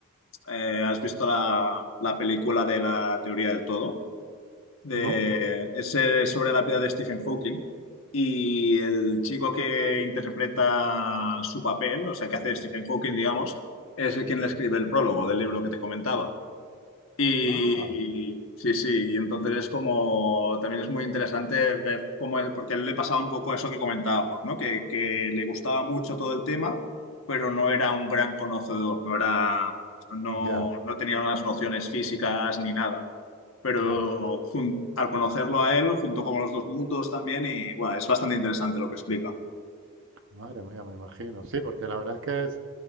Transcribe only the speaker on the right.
¿No?
Ah,
ya,
claro.
Madre mía, me imagino. Sí, porque la verdad es que es,